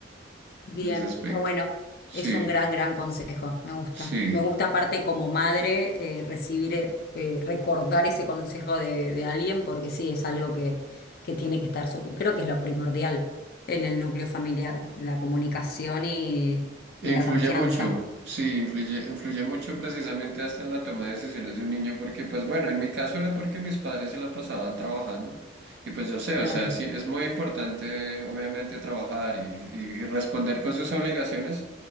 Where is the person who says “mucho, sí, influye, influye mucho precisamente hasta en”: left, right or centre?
Right